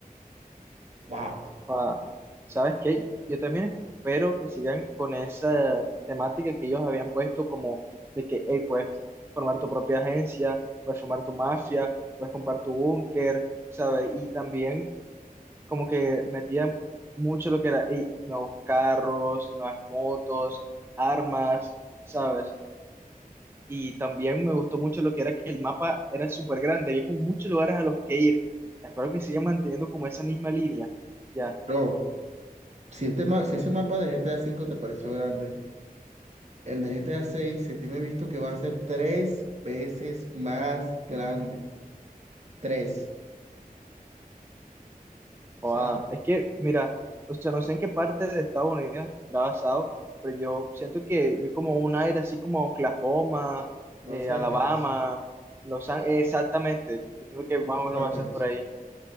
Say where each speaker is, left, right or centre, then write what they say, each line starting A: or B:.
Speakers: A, on the right (about 50°); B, on the right (about 15°).
A: wow.
B: Ah, ¿sabes qué? Yo también espero que sigan con esa temática que ellos habían puesto como de que, hey, puedes formar tu propia agencia, puedes formar tu mafia, puedes comprar tu búnker, ¿sabes? Y también como que metían mucho lo que era, hey, nuevos carros, nuevas motos, armas, ¿sabes? Y también me gustó mucho lo que era que el mapa era súper grande, había como muchos lugares a los que ir. Espero que sigan manteniendo como esa misma línea, ¿ya?
A: Bro, si, este ma- si ese mapa de GTA cinco te pareció grande, el de GTA seis se tiene visto que va a ser tres veces más grande. Tres. O
B: Joda,
A: sea,
B: Es que, mira, o sea, no sé en qué parte de Estados Unidos está basado, pero yo siento que vi como un aire así como Oklahoma,
A: Los
B: eh, Alabama,
A: Ángeles.
B: Los Ángeles, exactamente. Yo siento que más
A: Es Los
B: o menos
A: Ángeles.
B: va a ser por ahí.